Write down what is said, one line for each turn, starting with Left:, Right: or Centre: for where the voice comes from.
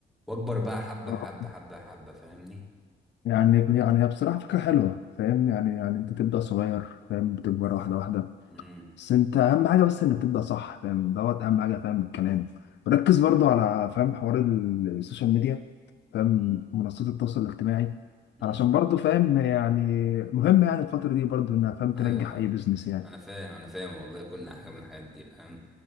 Centre: واكبر بقى حبه
Left: آه.
Centre: حبه حبه حبه فاهمني
Left: يعني يعني هي بصراحة فكرة حلوة فاهم يعني يعني انت تبدأ صغير فاهم بتكبر واحدة واحدة
Centre: امم
Left: بس انت اهم حاجه بس انك تبدا صح فاهم دوت اهم حاجه فاهم الكلام ركز برضو على فاهم حوار ال- السوشيال ميديا فاهم
Centre: امم
Left: منصات التواصل الاجتماعي
Centre: أمم.
Left: علشان برضو فاهم يعني مهم يعني الفتره دي برضو انها فاهم تنجح
Centre: ايوه
Left: اي بيزنس يعني
Centre: انا فاهم انا فاهم والله كل حاجه من الحاجات دي فاهم